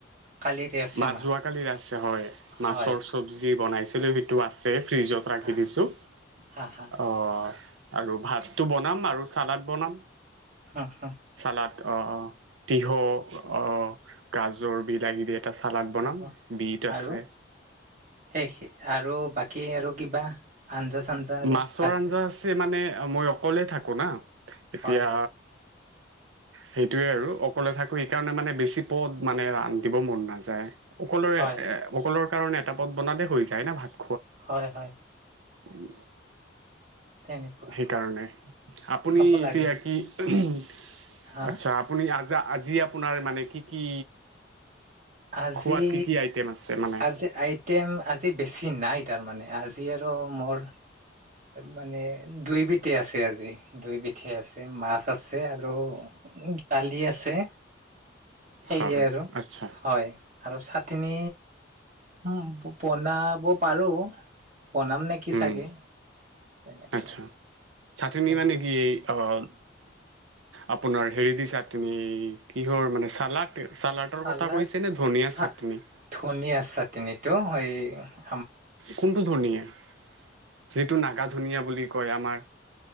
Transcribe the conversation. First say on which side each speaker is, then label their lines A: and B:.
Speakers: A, on the right (about 40°); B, on the right (about 90°).
A: কালিৰে আছে
B: মাছ যোৱাকালি আছে হয়।
A: হয়
B: মাছৰ চবজি বনাইছিলো সেইটো আছে। ফ্ৰিজত ৰাখি
A: হা
B: দিছোঁ,
A: হা হা
B: অ। আৰু ভাতটো বনাম আৰু চালাড বনাম।
A: হা হা
B: চালাদ অ তিহয অ গাজৰ বিলাহী দিয় এটা চালাড বনাম
A: হা হা
B: বিট আছে
A: আৰু শেষ আৰু বাকী আৰু কিবা আঞ্জা চাঞ্জা আৰু
B: মাছৰ
A: ভাজি
B: আঞ্জা আছে মানে মই অকলেই থাকোঁ না এতিয়া
A: হয় হয়
B: সেইটোয়ে আৰু অকলে থাকো সেই কাৰণে মানে বেছি পৰ মানে ৰান্ধিব মন নাযায় অকলোযে
A: হয়
B: এ অকলৰ কাৰণে এটা পথ বনালে হৈ যায় না ভাত
A: হয় হয়
B: উ
A: তেনেকুৱা
B: সেইকাৰণে আপুনি
A: খাব
B: এতিয়া
A: লাগে
B: কি ঔম
A: হা
B: আচ্ছা আপুনি আ আজি আপোনাৰ মানে কি কি
A: আজি
B: খোৱাত কি কি আইটেম আছে মানে
A: আজি আইটেম আজি বেছি নাই তাৰ মানে আজি আৰু মোৰ মানে দুই বিধ আছে আজি দুই বিধ আছে মাছ আছে আৰু দালি আছে সেয়ে
B: হয়
A: আৰু
B: আচ্ছা
A: হয় আৰু চাতনী উ বনাব পাৰোঁ বনাম নে কি
B: উম
A: চাগে তেনেকুৱা
B: আচ্ছা চাটনি
A: হয়
B: মানে কি এই অকল আপোনাৰ হেৰি দি চা তুমি কিহৰ মানে চালাড চালাডৰ
A: চালাদ
B: কথা কৈছে নে ধনিয়া
A: চা
B: চাটনি
A: ধনিযা ছাটনিটো <unintelligible>
B: কোনটো ধনীয়া যিটো নাগা ধুনীয়া বুলি কয় আমাৰ